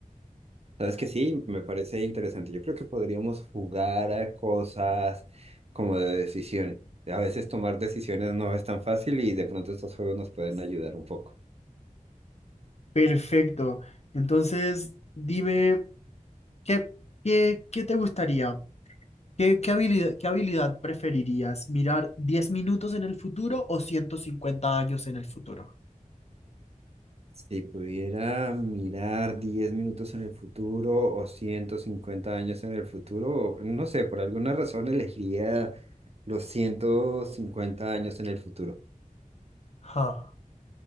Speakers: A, on the right (about 50°); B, on the left (about 50°).
A: Sabes que sí, me parece interesante. Yo creo que podríamos jugar a cosas como de decisión. A veces tomar decisiones no es tan fácil y de pronto estos juegos nos pueden ayudar un poco.
B: Perfecto. Entonces, dime, ¿qué, qué, qué te gustaría? ¿Qué, qué habilidad, qué habilidad preferirías? ¿Mirar 10 minutos en el futuro o 150 años en el futuro?
A: Si pudiera mirar 10 minutos en el futuro o 150 años en el futuro, no sé, por alguna razón elegiría los 150 años en el futuro.
B: Ja.